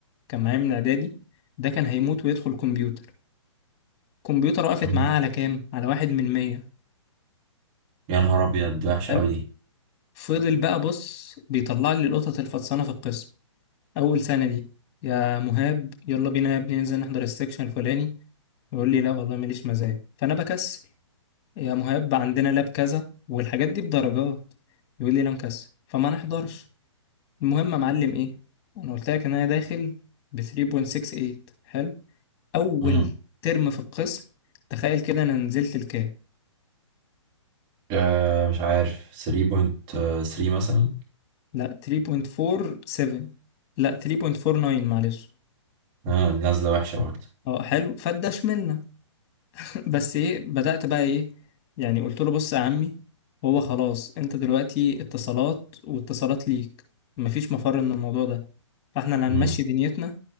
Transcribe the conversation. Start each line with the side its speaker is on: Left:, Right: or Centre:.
Left: كان معايا من اعدادي ده كان هيموت ويدخل كمبيوتر كمبيوتر وقفت
Right: مم.
Left: معاه على كام على واحد من مية
Right: يا نهار أبيض دي وحشة
Left: حلو
Right: أوي دي
Left: فضل بقى بص بيطلع لي القطط الفطسانه في القسم اول سنه دي يا مهاب يلا بينا يا ابني ننزل نحضر السكشن الفلاني يقول لي لا والله ماليش مزاج فانا بكسل يا مهاب عندنا لاب كذا والحاجات دي بدرجات يقول لي لا مكسل فما نحضرش المهم يا معلم ايه انا قلت لك ان انا داخل ب 3.68 حلو اول
Right: مم.
Left: ترم في القسم تخيل كده انا نزلت لكام
Right: آه مش عارف 3.3 مثلا
Left: لا 3.47 لا 3.49 معلش
Right: آه نازلة وحشة برضه
Left: اه حلو فدشملنا بس ايه بدأت بقى ايه يعني قلت له بص يا عمي هو خلاص انت دلوقتي اتصالات واتصالات ليك مفيش مفر من الموضوع ده فاحنا اللي
Right: مم.
Left: هنمشي دنيتنا